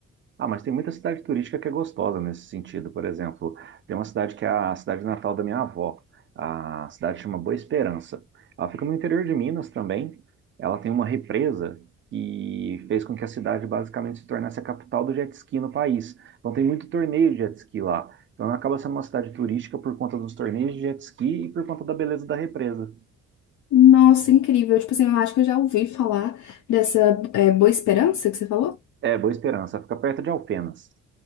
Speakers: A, on the right; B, on the left.
A: Ah, mas tem muita cidade turística que é gostosa nesse sentido. Por exemplo, tem uma cidade que é a cidade natal da minha avó. A cidade chama Boa Esperança. Ela fica no interior de Minas também. Ela tem uma represa que fez com que a cidade basicamente se tornasse a capital do jet ski no país. Então tem muito torneio de jet ski lá. Então ela acaba sendo uma cidade turística por conta dos torneios de jet ski e por conta da beleza da represa.
B: Nossa, incrível. Tipo assim, eu acho que eu já ouvi falar dessa é, Boa Esperança que você falou.
A: É, Boa Esperança. Ela fica perto de Alfenas.